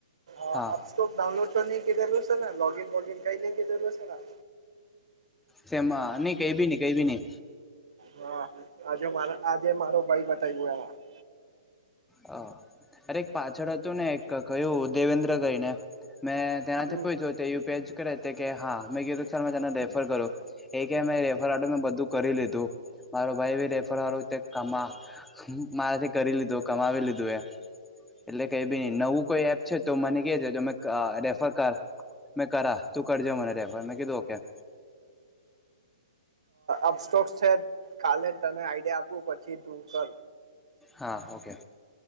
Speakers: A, on the right (about 75°); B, in the centre.
A: અપ-
B: હા
A: તો, ડાઉનલોડ તો ની કેધેલુશે ના, લોગીન બોગીન કંઈ નઈ કેધેલુંને.
B: સેમાં? નઈ કંઈ ભી નઈ, કંઈ ભી નઈ.
A: હા, આજે મારા, આજે મારો ભાઈ બતાવ્યો એ,
B: હ અરે! એક પાછળ હતુંને, એક કહ્યું દેવેન્દ્ર કઈને મેં, તેના
A: હમ
B: થી <unintelligible> જોયું પેચ. કે હા, મેં કીધું સર મે તને રેફર કરું, એ કે મેં રેફર મેં બધું કરી લીધું. મારો ભાઈ બી રેફરવા કમા મારાથી કરી લીધું કમાવી લીધું એ, એટલે કઈ ભી નઈ. નવું કોઈ એપ છે, તો મને કેજે મે રેફર કર. મેં કરા, તું કરજે મને રેફર, મેં કીધું ઓકે.
A: અપસ્ટોક છે, કાલે તમે આઈડિયા આપુ પછી તું કર.
B: હા, ઓકે.